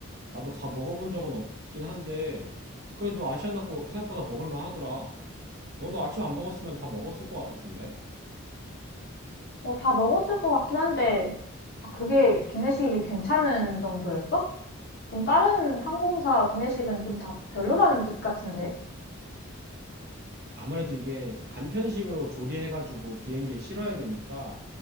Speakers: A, on the right; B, on the left.
A: 나도 다 먹어본 적은 없긴 한데 그래도 아시아나 거 생각보다 먹을만 하더라. 너도 아침 안 먹었으면 다 먹었을 것 같은데?
B: 뭐, 다 먹었을 것 같긴 한데, 아, 그게 기내식이 괜찮은 정도였어? 그럼 다른 항공사 기내식은 좀 다 별로라는 뜻 같은데?
A: 아무래도 이게 간편식으로 조리해가지고 비행기에 실어야 되니까